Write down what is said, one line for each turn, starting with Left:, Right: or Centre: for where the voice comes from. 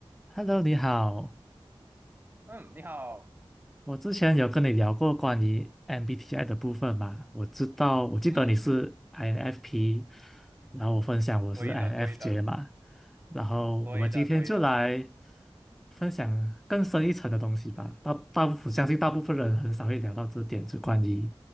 Centre: Hello，你好。
Right: 嗯，你好，
Centre: 我之前有跟你聊过关于
Right: 嗯
Centre: MBTI 的部分嘛？我知道，我记得你是
Right: 嗯嗯嗯，
Centre: INFP，然后我分享我是
Right: 对的对的
Centre: INFJ 嘛。然后我们今天就来
Right: 对的对的
Centre: 分享更深一层的东西吧。大大部分相信大部分人很少会聊到这点，就关于